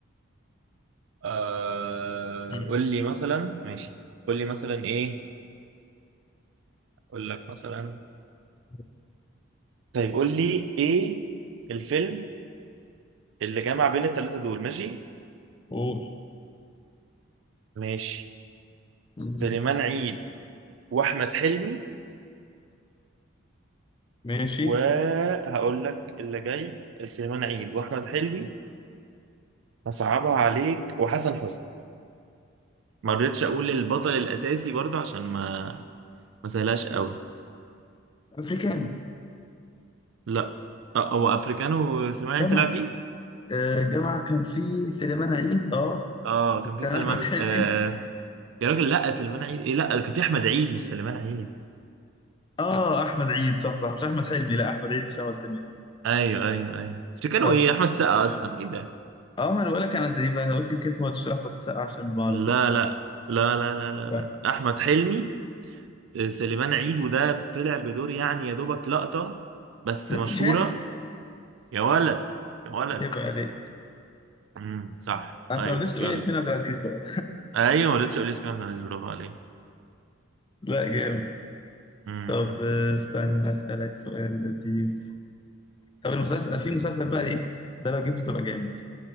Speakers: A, on the right; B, on the left.
A: آه،
B: يلا.
A: قول لي مثلا ماشي قول لي مثلا ايه اقول لك مثلا
B: مم.
A: طيب قول لي ايه الفيلم اللي جمع بين الثلاثه دول ماشي
B: قول
A: ماشي
B: مم.
A: سليمان عيد واحمد حلمي
B: ماشي
A: وهقول لك اللي جاي سليمان عيد واحمد حلمي هصعبها عليك وحسن حسني ما رضيتش اقول البطل الاساسي برضه عشان ما ما سهلاش قوي
B: افريكان
A: لا آه، هو افريكانو سليمان
B: جامعة
A: عيد طلع فيه
B: آه جامعة كان في سليمان عيد اه
A: اه كان في
B: كان
A: سليمان
B: احمد حلمي
A: آه يا راجل لا سليمان عيد ايه لا كان في احمد عيد مش سليمان عيد
B: اه احمد عيد صح صح مش احمد حلمي لا احمد عيد مش احمد حلمي
A: ايوه ايوه ايوه افريكانو
B: طب
A: ايه احمد سقا اصلا ايه ده
B: اه ما انا بقول لك انا يبقى انا قلت يمكن انت ما قلتش احمد السقا عشان ما اعرفوش
A: لا
B: بصراحة
A: لا لا لا لا لا, لا.
B: آه،
A: احمد حلمي آه، سليمان عيد وده طلع بدور يعني يا دوبك لقطة بس
B: زكي
A: مشهورة
B: شان
A: يا ولد يا ولد
B: يبقى عليك
A: امم صح
B: انت
A: طيب
B: ما رضيتش تقول
A: يلا
B: ياسمين عبد العزيز بقى
A: ايوه ما رضيتش اقول اسمها من برافو عليك
B: لا جامد
A: امم
B: طب آه، استنى اسالك سؤال لذيذ طب المسلسل في مسلسل بقى ايه ده لو جبته تبقى جامد